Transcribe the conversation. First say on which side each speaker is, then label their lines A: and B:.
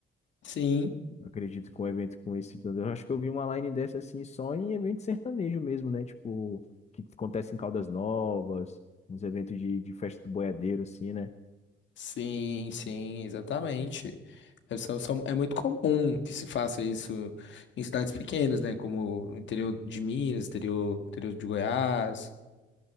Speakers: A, on the left; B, on the left.
A: Sim.
B: Acredito que um evento com esse, eu acho que eu vi uma line dessa assim só em evento sertanejo mesmo, né? Tipo, que acontece em Caldas Novas, uns eventos de, de festa do boiadeiro, assim, né?
A: Sim, sim, exatamente. É, são- são- é muito comum que se faça isso em cidades pequenas, né? Como o interior de Minas, interior, interior de Goiás.